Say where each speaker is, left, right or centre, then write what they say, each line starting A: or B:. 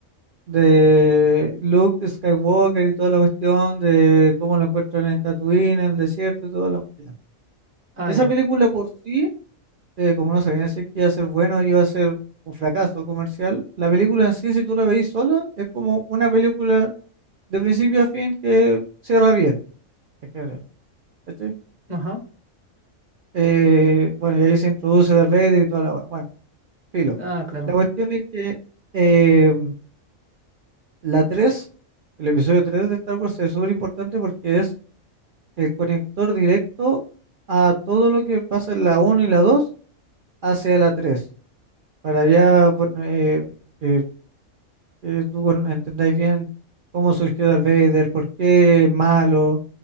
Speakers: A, on the right; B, on the right.
A: De Luke Skywalker y toda la cuestión de cómo lo encuentran en Tatooine, en el desierto y todo lo que.
B: Ah,
A: Esa
B: ya.
A: película por sí, eh, como no sabían decir que iba a ser bueno, iba a ser un fracaso comercial, la película en sí, si tú la veis sola, es como una película de principio a fin que cierra bien, en general, ¿cachai?
B: Ajá.
A: Eh, bueno, y ahí se introduce Darth Vader y toda la... hua- Bueno, filo.
B: Ah, claro.
A: La cuestión es que eh, la tres el episodio 3 de Star Wars es súper importante porque es el conector directo a todo lo que pasa en la uno y la 2 hacia la 3 para allá, bueno eh, que que tú con- entendáis bien cómo surgió Darth Vader, por qué es malo,